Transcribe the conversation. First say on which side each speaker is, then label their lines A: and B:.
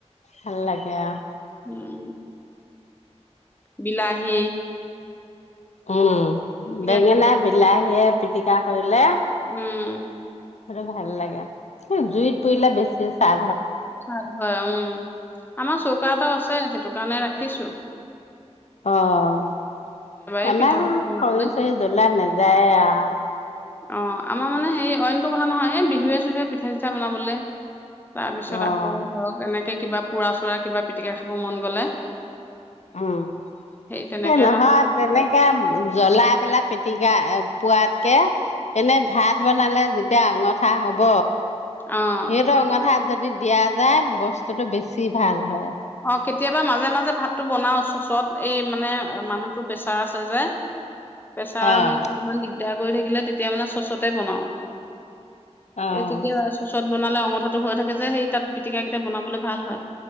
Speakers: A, on the left; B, on the left.
A: ভাল লাগে।
B: উম, বিলাহী
A: অ'
B: পিটিকা
A: বেঙেনা
B: খাই
A: বিলাহী পিটিকা কৰিলে
B: উম।
A: আৰু ভাল লাগে, জুইত পুৰিলে বেছি চা
B: হয়, হয়, উম, আমাৰ চৌকা এটাও আছে সেইটোক নে ৰাখিছোঁ
A: অ',
B: এই
A: আমাৰ
B: পিঠা চিঠা বনাবলে
A: খৰি চৰি জ্বলা নাযায় আওঁ
B: অ', আমাৰ মানে হেৰি অইনতটো কথা নহয় এই বিহুৱে চহুৱে পিঠা চিঠা বনাবলে তাৰপিছত
A: অ'
B: আক আকৌ ধৰক এনেকে কিবা পুৰা চোৰা কিবা পিটিকা খাব মন গ'লে
A: উম,
B: তেনেকে
A: সেই নহয়
B: এটা ৰাখিছো
A: তেনেকে জ্বলাই পেলাই পি তিকা এ, পোৱাতকে, এনে ভাত বনালে যেতিয়া অঙঠা হ'ব
B: অ'।
A: হেইটো অঙঠাত যদ <unintelligible> দিয়া যায়, বস্তুটো বেছি ভাল হয়।
B: অ, কেতিয়াবা মাজে মাজে ভাতটো বনাওঁ চচত, এই মানে মানুহটোৰ প্ৰেছাৰ আছে যে। প্ৰেচাৰ
A: অ',
B: মানে অকমান দিগ দাৰ কৰি থাকিলে তেতিয়া মানে চচতে বনাওঁ।
A: অ'।
B: এ, তেতিয়া চচত বনালে অঙঠাত হৈ থাকে যে হেই তাত পিটিকা কেইটা বনাবলৈ ভাল হয়।